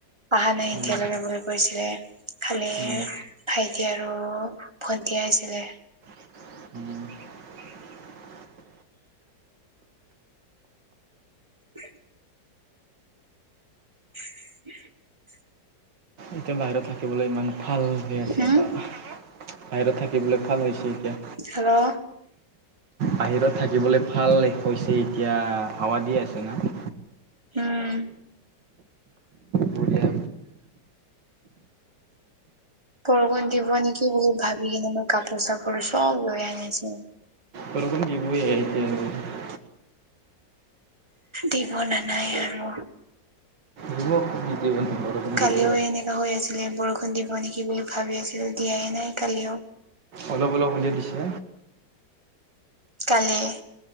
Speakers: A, on the right; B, on the right.
A: অহা নাই এতিয়ালকে
B: উম
A: বুলি কৈছিলে, খালি
B: উম উম।
A: ভাইটি আৰু ভণ্টি আহিছিলে।
B: <inaudible>
A: <inaudible> <inaudible>
B: এতিয়া বাহিৰত থাকিবলৈ ইমান ভাল হৈ আছে,
A: হম
B: বা বাহিৰত থাকিবলৈ ভাল হৈছে এতিয়া।
A: হেল্ল'
B: বাহিৰত থাকিবলে ভাল হৈছে এতিয়া, হাৱা দিয়ে আছে ন।
A: উম।
B: বঢ়িয়া
A: বৰষুণ দিব নেকি বুলি ভাবি কিনে মই কাপোৰ চাপোৰ চব লৈ আনিছো।
B: বৰষূণ দি <unintelligible>
A: দিব নে নাই আৰু।
B: দিব নিদিব বৰষুণ
A: কালিও
B: দিব
A: এনেকা হৈ আছিলে বৰষুণ দিব নেকি বুলি ভাবি আছিলো দিয়াই নাই কালিও।
B: অলপ অলপ হ'লে দিছে।
A: কালি,